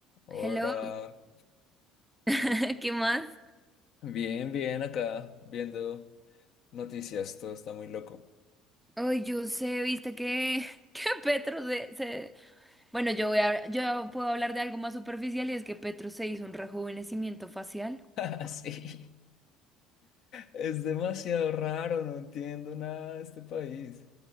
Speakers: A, on the left; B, in the centre.
A: Hola,
B: Hello, <laughs> ¿qué más?
A: bien, bien acá, viendo noticias, todo está muy loco.
B: Ay, yo sé, viste que, <laughs> que Petro se, se- Bueno, yo voy a, yo puedo hablar de algo más superficial y es que Petro se hizo un rejuvenecimiento facial.
A: <laughs> Sí, es demasiado raro, no entiendo nada de este país.